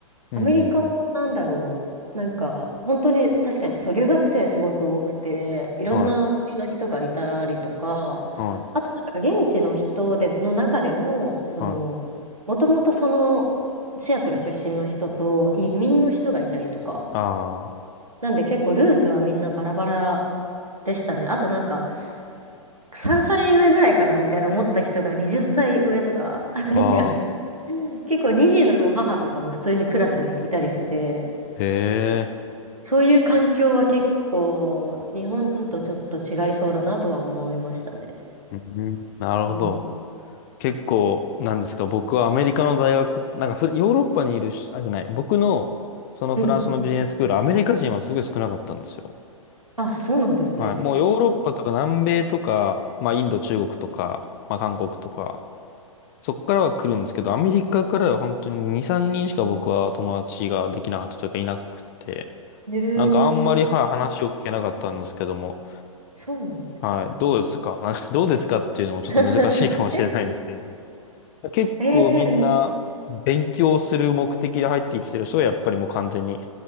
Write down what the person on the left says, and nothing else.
うんうん
うん。はい、はい、
はい。
あ
あああ、
へえ、
あ。うんなるほど。
結構、なんですか、僕はアメリカの大学、なんかフヨーロッパにいるし、あ、じゃない、僕の、そのフランスのビジネススクール、
アメリカ人はすごい少なかったんですよ。
はい。もうヨーロッパとか南米とか、まあインド、中国とか、まあ韓国とか、そっからは来るんですけど、アメリカからは本当に2、3人しか僕は友達ができなかったというかいなくて、
なんかあんまり、はい、話を聞けなかったんですけども、
はい、どうですか <laughs> なんかどうですかっていうのもちょっと難しいかもしれないんですけれども。
結構みんな勉強する目的で入ってきてる人がやっぱりもう完全に